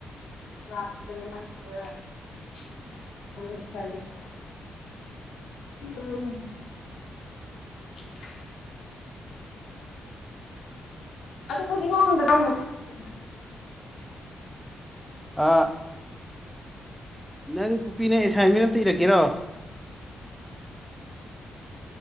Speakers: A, on the left; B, in the centre.
A: <unintelligible> ꯎꯝ <unintelligible> <unintelligible> ꯑꯗ ꯄꯨꯗꯤꯒ ꯇꯝ ꯎꯝ
B: ꯑꯥ ꯅꯪ ꯀꯨꯄꯤꯅ ꯑꯦꯁꯥꯏꯟꯃꯦꯟ ꯑꯃꯝꯇ ꯏꯔꯒꯀꯦꯔꯣ
A: ꯎꯝ